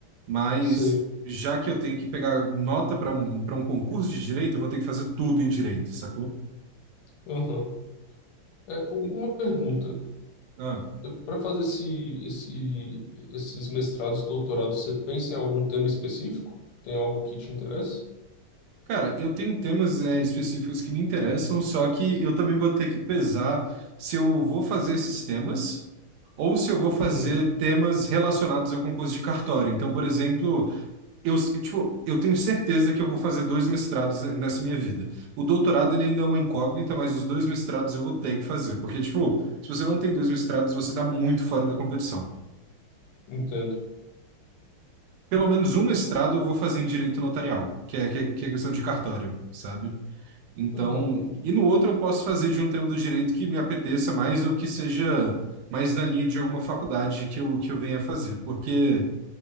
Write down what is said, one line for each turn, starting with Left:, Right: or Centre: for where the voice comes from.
Right: mas
Left: sei.
Right: já que eu tenho que pegar nota para um, para um concurso de direito, eu vou ter que fazer tudo em direito, sacou?
Left: Aham. É, u-
Right: E-
Left: uma pergunta.
Right: ah,
Left: Para fazer esse, esse, esses mestrados e doutorados, você pensa em algum tema específico? Tem algo que te interessa?
Right: cara, eu tenho temas é, específicos que me interessam, só que eu também vou ter que pesar se eu vou fazer esses temas ou se eu vou fazer
Left: Hum,
Right: temas relacionados ao concurso de cartório. Então, por exemplo, Eu, tipo, eu tenho certeza que eu vou fazer dois mestrados nessa minha vida. O doutorado, ele ainda é uma incógnita, mas os dois mestrados eu vou ter que fazer. Porque, tipo, se você não tem dois mestrados, você tá muito fora da competição.
Left: entendo.
Right: Pelo menos um mestrado eu vou fazer em direito notarial, que é, que é, que é questão de cartório, sabe? Então,
Left: Aham.
Right: e no outro eu posso fazer de um tema do direito que me apeteça mais ou que seja mais na linha de alguma faculdade que eu, que eu venha fazer. Porque.